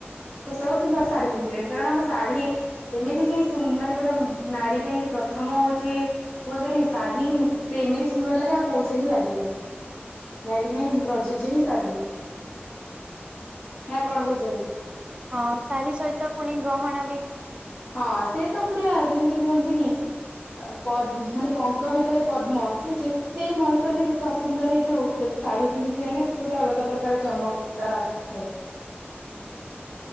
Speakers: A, on the left; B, on the right.
A: ପୋଷାକ କିନ୍ତୁ ଆଉ ଶାଢୀ ପିନ୍ଧିଲେଣି କାରଣ ଆମ ଶାଢୀ ଏମିତି ହିଁ ସୁ ମାନେ ଗୋଟେ ନାରୀ ପାଇଁ ପ୍ରଥମ ହଉଛି କି କୁହନ୍ତିନି ଶଢୀ ହିଁ ମୁ ସେ ଏମିତି ସୁନ୍ଦର ଲାଗେ ଆଉ କୋଉଥିରେ ହିଁ ଲାଗେନି। ନାରୀ ପାଇଁ ପ୍ରଯୋଜ୍ୟ ହିଁ ଶାଢୀ। ନା କଣ କହୁଛନ୍ତି?
B: ହଁ ଶାଢୀ ସହିତ ପୁଣି ଗହଣା ବି
A: ହଁ ସେ ତ ପୁରା ଯେମିତି କୁହନ୍ତିନି ପଦ୍ମ ମାନେ ପଙ୍କ ଭିତରେ ପଦ୍ମ। ସେ ଯେ ତେ ମଣିଷଟେ ଯେତେ ଅସୁନ୍ଦର ହେଇଥାଉ, ଯଦି ଶାଢୀ ପିନ୍ଧିଥାଏ ନା ସେ ଗୋଟେ ଅଲଗା ପ୍ରକାର ଚମକ୍ ତାର ଆସିସି ଥାଏ।